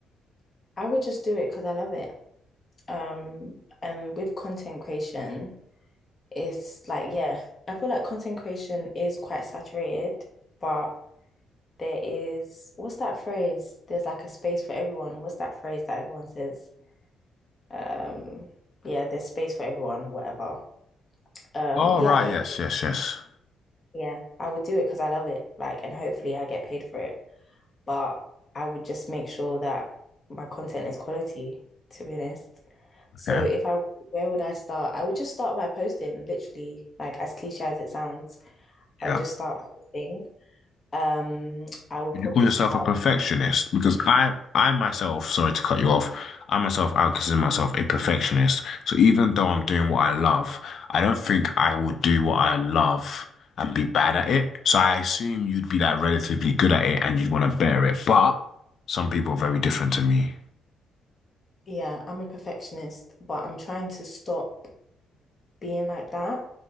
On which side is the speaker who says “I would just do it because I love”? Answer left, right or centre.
Left